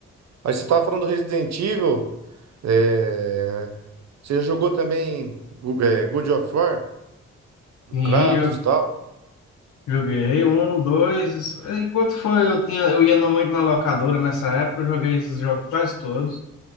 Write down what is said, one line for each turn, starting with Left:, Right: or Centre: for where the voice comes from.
Right: Aí você tava falando do Resident Evil. é, Você já jogou também Gu- é, God of War? Do
Left: Sim,
Right: Kratos
Left: jo-
Right: e tal?
Left: joguei um, dois. Enquanto foi, eu tinha, eu ia no- muito na locadora nessa época, eu joguei esses jogos quase todos.